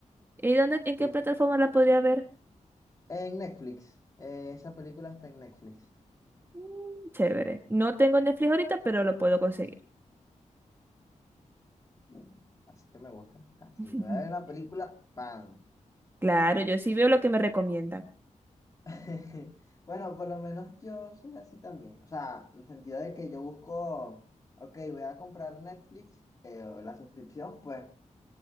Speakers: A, on the right; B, on the left.
A: ¿Y dónde, en
B: Sí.
A: qué plataforma la podría ver?
B: En Netflix, eh, esa película está en Netflix.
A: Mm, Chévere. No tengo Netflix ahorita, pero lo puedo conseguir.
B: Mm. Así que me gusta. Así
A: <laughs>
B: que voy a ver una película, ¡pam!
A: Claro, yo sí veo lo que me recomiendan.
B: <laughs> Bueno, por lo menos yo soy así también. O sea, en el sentido de que yo busco, ok, voy a comprar Netflix, eh, o la suscripción, pues